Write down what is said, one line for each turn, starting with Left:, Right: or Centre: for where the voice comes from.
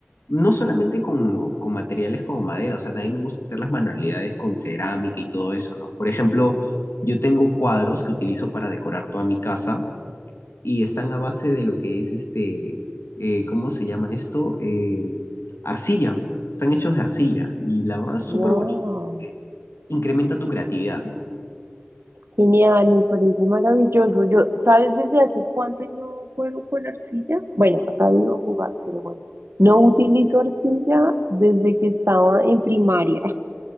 Left: no solamente con, con materiales como madera, o sea, también me gusta hacer las manualidades con cerámica y todo eso, ¿no? Por ejemplo, yo tengo cuadros que utilizo para decorar toda mi casa y están a base de lo que es este, eh, ¿cómo se llama esto? Eh, arcilla. Están hechos de arcilla y la verdad es súper
Right: ¡Wow!
Left: bonito. eh, Incrementa tu creatividad, ¿no?
Right: Genial, me parece maravilloso. Yo, ¿sabes desde hace cuánto no juego con arcilla? Bueno, acá digo jugar, pero bueno. No utilizo arcilla desde que estaba en primaria.